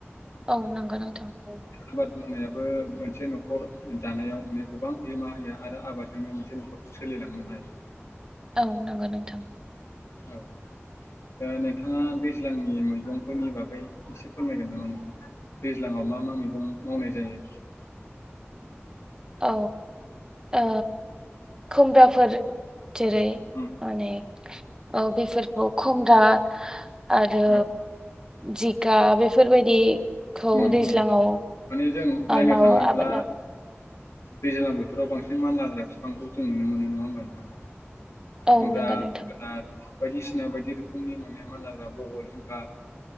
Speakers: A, on the right; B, on the left.
A: औ नंगौ नोंथां। औ
B: आबाद मावनायाबो मोनसे न'खर जानायाव माने गोबां बिहोमा होयो। आरो आबादजोंनो मोनसे न'खरखौ सोलिलांनो हायो।
A: औ नोंगो नोंथां।
B: औ ओ नोंथाङा दैज्लांनि मैगंफोरनि बागै एसे फोरमायगोन नामा नोंथां? दैज्लाङाव मा मा मैगं मावनाय जायो?
A: <inaudible> औ। ओ खुमब्राफोर जेरै
B: उम
A: माने ओ बेफोरखौ खमब्रा आरो
B: औ
A: जिखा बेफोरबायदि खौ
B: उम
A: दैज्लाङाव
B: उम
A: ओ
B: माने जों नायनो
A: मावो
B: थाङोब्ला
A: आबाद मावो।
B: दैज्लां बोथोराव बांसिन मानलाग्रा बिफांखौ जों नुनो मोनो नङा होमब नोंथां?
A: औ
B: खुमब्रा,
A: नंगौ नोंथां
B: जोगोनारथ बायदिसिना बायदि रोखोमनि माने मानलाग्रा बहल, जिंखा